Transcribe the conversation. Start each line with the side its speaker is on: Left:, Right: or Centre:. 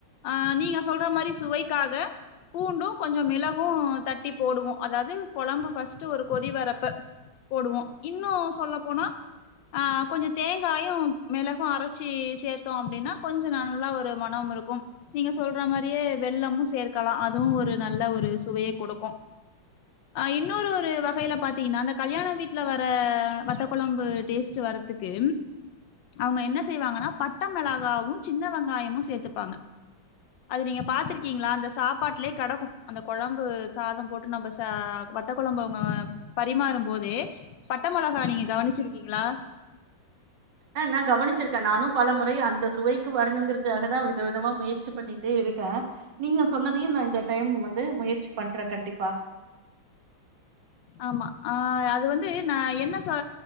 Left: ஆ நீங்க சொல்ற மாரி சுவைக்காக பூண்டு கொஞ்சோ மிளகு தட்டி போடுவோம் அதாவது குழம்பு ஃபர்ஸ்ட் ஒரு கொதி வரப்ப போடுவோம் இன்னு சொல்ல போனா அ கொஞ்சொ தேங்காயு மெளகு அரச்சி சேத்தோ அப்டின்னா கொஞ்சோ நல்லா ஒரு நம் இருக்கும் நீங்க சொல்ற மாரியே வெள்ளமு சேர்க்கலா அதுவு ஒரு நல்ல ஒரு சுவைய கொடுக்கு ஆ இன்னொரு ஒரு வகைல பாத்திங்கன்னா இந்த கல்யாண வீட்ல வர வத்த கொழம்பு டேஸ்ட் வரதுக்கு க்கு அவுங்க என்ன செய்வாங்கன்னா பட்ட மெளகாவு சின்ன வெங்காயமு சேத்துப்பாங்க அது நீங்க பாத்திருக்கீங்களா அந்த சாப்பாட்டுலயே கெடக்கு அந்த கொழம்பு சாதோ போட்டு நம்ம ச வத் வத்த கொழம்ப அவுங்க பரிமாறு போதே பட்ட மொளகா நீங்க கவுனிச்சிருக்கீங்களா
Right: அ நா கவனிச்சுருக்கே நானு பல முறை அந்த சுவைக்கு வரணுங்குறதுகாகதா விதவிதமா முயற்சி பண்ணிட்டே இருக்கே நீங்க சொன்னதயு நா இந்த டைம் வந்து முயற்சி பண்றே கண்டிப்பா
Left: ஆமா ஆ அது வந்து ந என்ன ச